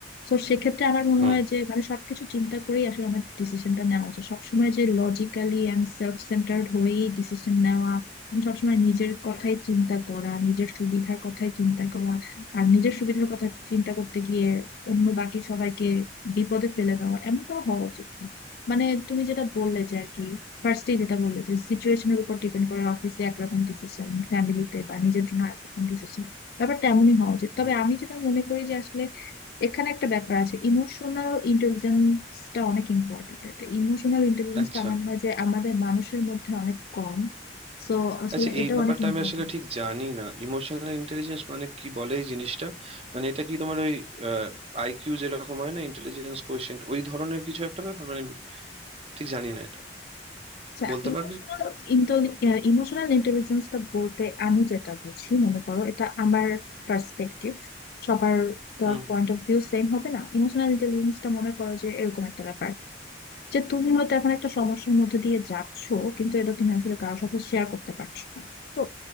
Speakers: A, on the left; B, on the right.
A: তো সেক্ষেত্রে আমার মনে
B: হুম
A: হয় যে মানে সবকিছু চিন্তা করেই আসলে আমাদের ডিসিশনটা নেওয়া উচিত সবসময় যে লজিক্যালি এন্ড সেলফ সেন্টার্ড হয়েই ডিসিশন নেওয়া এবং সবসময় নিজের কথাই চিন্তা করা নিজের সুবিধার কথাই চিন্তা করা আর নিজের সুবিধার কথা চিন্তা করতে গিয়ে অন্য বাকি সবাইকে বিপদে ফেলে দেওয়া এমনটাও হওয়া উচিত না। মানে তুমি যেটা বললে যে আর কি ফার্স্টেই যেটা বললে যে সিচুয়েশনের উপর ডিপেন্ড করে অফিসে একরকম ডিসিশন ফ্যামিলিতে বা নিজের জন্য একরকম ডিসিশন ব্যাপারটা এমনই হওয়া উচিত
B: হুম
A: তবে আমি যেটা মনে করি যে আসলে এখানে একটা ব্যাপার আছে ইমোশনাল ইন্টেলিজেন্সটা অনেক ইম্পর্টেন্ট এটা ইমোশনাল ইন্টেলিজেন্সটা
B: আচ্ছা
A: আমার মনে হয় যে আমাদের মানুষের মধ্যে অনেক কম সো আসলে
B: আচ্ছা এই
A: এটা
B: ব্যাপারটা
A: অনেক ইম্পর্টেন্ট
B: আমি আসলে ঠিক জানি না ইমোশনাল ইন্টেলিজেন্স মানে কি বলে এই জিনিসটা মানে এটা কি তোমার ওই আইকিউ যেরকম হয় না ইন্টেলিজেন্স কোয়েশ্চেন্ট ওই ধরনের কিছু একটা ব্যাপার মানে আমি ঠিক জানি না এটা
A: আচ্ছা
B: বলতে
A: ইমোশনাল
B: পারবে
A: ইমোশনাল ইন্টেলিজেন্সটা বলতে আমি যেটা বুঝি মনে করো এটা আমার পার্সপেক্টিভ সবার
B: হুম
A: পয়েন্ট
B: হুম
A: অফ ভিউ সেম হবে না ইমোশনাল ইন্টেলিজেন্সটা মনে করো যে এরকম একটা ব্যাপার যে তুমি হয়তো এখন একটা সমস্যার মধ্যে দিয়ে যাচ্ছ কিন্তু এটা তুমি আসলে কারোর সাথে শেয়ার করতে পারছো না তো